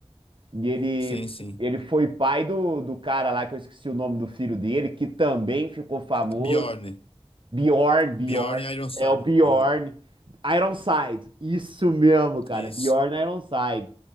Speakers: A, on the right; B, on the left.
A: E ele,
B: Sim, sim.
A: ele foi pai do, do cara lá, que eu esqueci o nome do filho dele, que também ficou famoso.
B: Bjorn.
A: Bjorn, Bjorn.
B: Bjorn Ironside.
A: É o Bjorn.
B: E-
A: Ironside. Isso mesmo, cara.
B: Isso.
A: Bjorn Ironside.